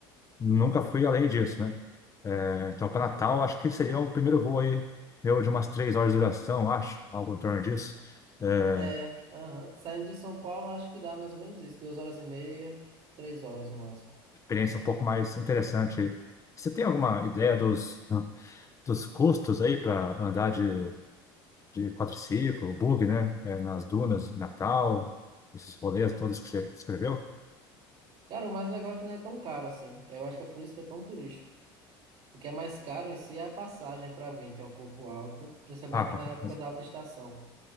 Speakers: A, on the left; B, on the right.
A: nunca fui além disso, né? É, então, para Natal, acho que seria o primeiro voo aí, meu, de umas três horas de duração, acho, algo em torno disso. É,
B: É, aham. Saindo de São Paulo, acho que dá mais ou menos isso. Duas horas e meia, três horas no máximo.
A: experiência um pouco mais interessante. aí. Você tem alguma
B: Uhum.
A: ideia dos, dos custos aí para andar de, de quadriciclo, bug, né? É, nas dunas, Natal, esses rolês todos que você escreveu?
B: Cara, o mais legal é que não é tão caro assim. Eu acho que é por isso que é tão turístico. O que é mais caro em si é a passagem para vir, que é um pouco alta, principalmente
A: Ah, com-
B: na época da alta estação.